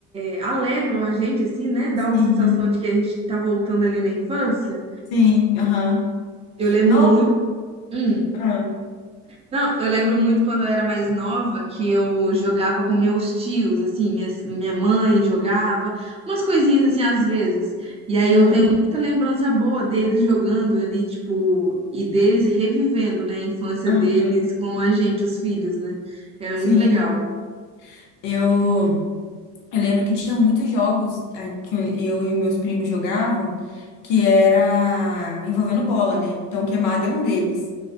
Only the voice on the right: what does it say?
é, alegram a gente, assim, né? Dá
uma sensação de que a gente tá voltando ali na infância.
Eu lembro
muito. hum.
Não, eu lembro muito quando eu era mais nova que eu jogava com meus tios, assim, minha, minha mãe jogava, umas coisinhas assim às vezes. E aí
eu tenho muita lembrança boa deles jogando ali, tipo, e deles revivendo, né, a infância
deles com a gente, os filhos, né? Era
muito legal.